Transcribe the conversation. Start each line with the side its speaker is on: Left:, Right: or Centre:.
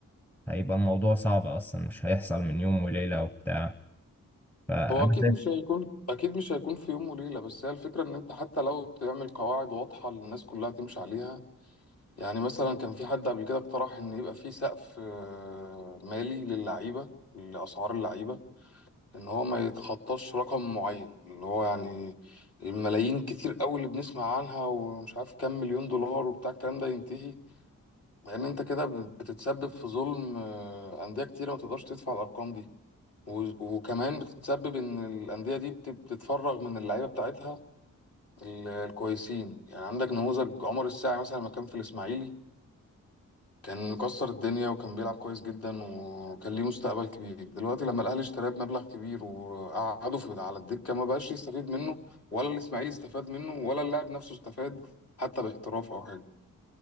Centre: هيبقى الموضوع صعب اصلا مش هيحصل من يوم وليله وبتاع فانا
Left: هو اكيد
Centre: شايف
Left: مش هيكون اكيد مش هيكون في يوم وليله بس هي الفكره ان انت حتى لو تعمل قواعد واضحه للناس كلها تمشي عليها يعني مثلا كان في حد قبل كده اقترح ان يبقى في سقف آه، مالي للعيبه لاسعار اللعيبه ان هو ما يتخطاش رقم معين اللي هو يعني الملايين كتير قوي اللي بنسمع عنها ومش عارف كام مليون دولار وبتاع الكلام ده ينتهي لان انت كده بتتسبب في ظلم آه، انديه كتيره ما تقدرش تدفع الارقام دي و- وكمان بتتسبب ان الانديه دي بت- بتتفرغ من اللعيبه بتاعتها ال- الكويسين يعني عندك نموذج عمر الساعي مثلا لما كان في الاسماعيلي كان مكسر الدنيا وكان بيلعب كويس جدا وكان ليه مستقبل كبير دلوقتي لما الاهلي اشتراه بمبلغ كبير وقعده في على الدكه ما بقاش يستفيد منه ولا الاسماعيلي استفاد منه ولا اللاعب نفسه استفاد حتى باحتراف او حاجه